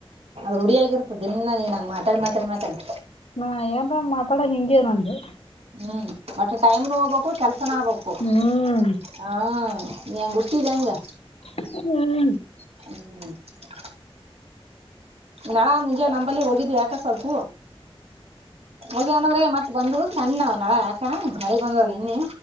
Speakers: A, on the right (about 85°); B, on the left (about 85°).
A: ಅದು ರೂಢಿಯಾಗಿರ್ತದೆ ಇನ್ನ ನೀನ್ಂಗ ಮಾತಾಡಿ ಮಾತಾಡಿ ಮಾತಾಡ್ತ
B: ನಾ ಏನ್ ಮಾತಾಡ ಹಿಂಗಗೆ ನಂದು
A: ಹ್ಮ್ ಮತ್ತೆ ಟೈಮ್ ನ ಹೋಗ್ಬೇಕು ಕೆಲ್ಸನ ಆಗ್ು
B: ಹ್ಮ್
A: ಹ್ಮ. <inaudible>
B: <inaudible>
A: ಹ್ಮ್. <unintelligible> ನಾ ಮುಂಜೆ ನಂಬಲ್ಲಿ ಹೋಗಿದ್ವಿ ಯಾಕ ಸ್ವಲ್ಪ ಹೋಗಿನವರ ಮತ್ತ. ಬಂದವು ಸಣ್ಣ ನ್ ನಳ ಯಾಕ ಮಳಿ ಬಂದದ ನಿನ್ನೆ.